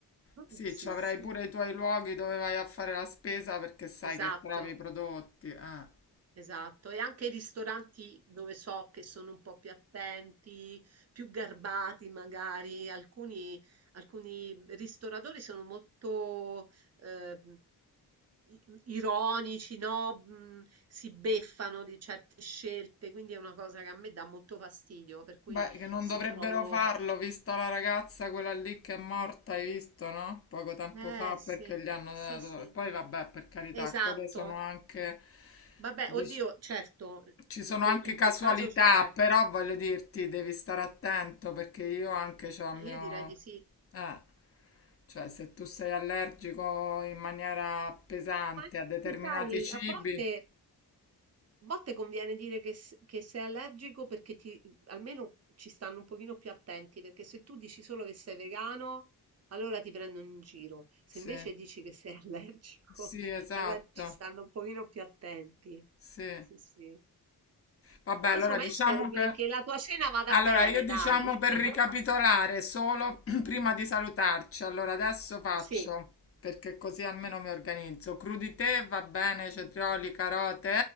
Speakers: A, on the right (about 40°); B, on the left (about 35°).
A: <laughs>
B: Sì,
A: Sì,
B: ci avrai
A: sì,
B: pure i tuoi luoghi dove vai a fare la spesa perché sai
A: esatto.
B: che trovi i prodotti. Eh.
A: Esatto, e anche i ristoranti dove so che sono un po' più attenti, più garbati magari, alcuni, alcuni ristoratori sono molto eh, i- ironici, no? Mm, Si beffano di certe scelte, quindi è una cosa che a me dà molto fastidio, per cui
B: Beh, che non
A: se
B: dovrebbero
A: trovo...
B: farlo, vista la ragazza quella lì che è morta, hai visto, no? Poco tempo
A: Eh
B: fa perché
A: sì,
B: gli hanno
A: sì,
B: dato...
A: sì,
B: Poi vabbè, per carità,
A: esatto.
B: quelle sono anche...
A: Vabbè,
B: dic-
A: oddio, certo,
B: Ci sono
A: in que-
B: anche
A: in
B: casualità,
A: quel caso c'è...
B: però voglio dirti, devi stare attento perché io anche c'ho il
A: eh,
B: mio...
A: Io direi di sì.
B: Eh, cioè se tu sei allergico in maniera pesante
A: Ma infatti,
B: a determinati
A: sai,
B: cibi,
A: a volte, a volte conviene dire che, s- che sei allergico perché ti, almeno ci stanno un pochino più attenti, perché se tu dici solo che sei vegano, allora ti prendono in giro. Se
B: sì,
A: invece dici che sei <laughs> allergico,
B: sì, esatto,
A: allora ci stanno un pochino più attenti.
B: sì.
A: Sì, sì.
B: Vabbè,
A: Però,
B: allora
A: Insomma,
B: diciamo
A: io spero che,
B: che...
A: che la tua cena vada
B: Allora,
A: bene,
B: io diciamo
A: dai.
B: per
A: <laughs>
B: ricapitolare solo <clears throat> prima di salutarci, allora adesso faccio
A: Sì,
B: perché così almeno mi organizzo. Crudité va bene, cetrioli, carote